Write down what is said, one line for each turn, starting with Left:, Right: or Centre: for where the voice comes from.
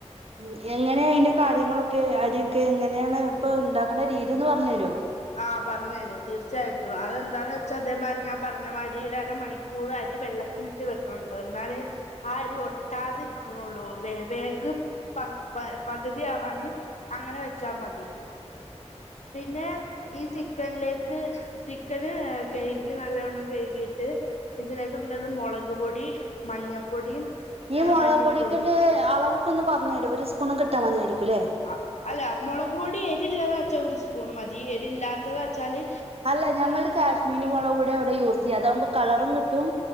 Right: ഉം എങ്ങനേ ഇയിന്റെ കാര്യങ്ങളൊക്കെ അരിയൊക്കെ എങ്ങനെയാണ് ഇപ്പൊ ഉണ്ടാക്കണ്ട രീതിന്ന് പറഞ്ഞരോ
Left: ആഹ് പറഞ്ഞരാം തീർച്ചയായിട്ടും അതെന്താന്ന് വെച്ചാ അതേമാരി ഞാൻ പറഞ്ഞ് ഞ്ഞമാരി ഒരമണിക്കൂർ അരി വെള്ളത്തിലിട്ട് വെക്കണം കേട്ടോ എന്നാലെ ആ അരി ഒട്ടാതിരിക്കുണുള്ളൂ വേ വേക് പക് പകുതിയാവാന് അങ്ങനെ വെച്ചാ മതി പിന്നെ ഈ ചിക്കനിലേക്ക് ചിക്കന് കഴ്കി നല്ലോണ്ണം കഴ്കിട്ട് ഇതിലേക്ക് ഇടേണ്ടത് മുളക് പൊടി മഞ്ഞപ്പൊടിയും
Right: ഈ
Left: ഏഹ്
Right: മുളക്
Left: മല്ലിപ്പൊടിയും
Right: പൊടിക്കിന്റെ അളവക്ക ഒന്ന് പറഞ്ഞു തരോ ഒരു സ്പൂണൊക്കെ ഇട്ടാ മതിയായിരിക്കുല്ലേ
Left: ആഹ് അല്ല മുളക് പൊടി എരി ഇല്ലാത വെച്ചാൽ ഒരു സ്പൂൺ മതി എരില്ലാത്തതാ വെച്ചാല്
Right: അല്ല ഞങ്ങള് കാശ്മീരി മുളക കൂടെ അവിടെ യൂസ് ചെയ്യാം അതാകുമ്പോ കളറും കിട്ടും